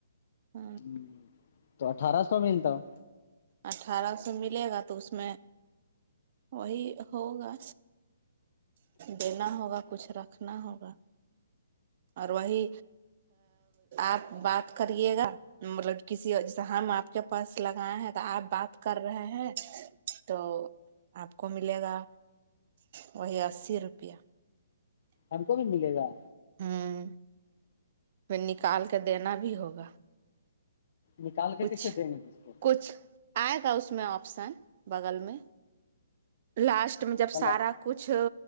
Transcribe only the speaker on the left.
ہمم تو اٹھارہ سو ملتا ہے
ہم کو بھی ملے گا
نکال کے
کسے دیں گے کس کو
کل